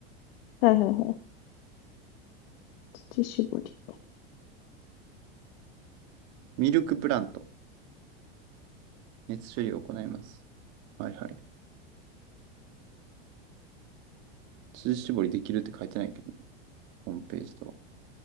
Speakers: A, on the left (about 65°); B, on the right (about 55°).
A: はいはいはい。乳搾り。
B: ミルクプラント。熱処理を行います。はいはい。乳搾りできるって書いてないけど、ホームページとは。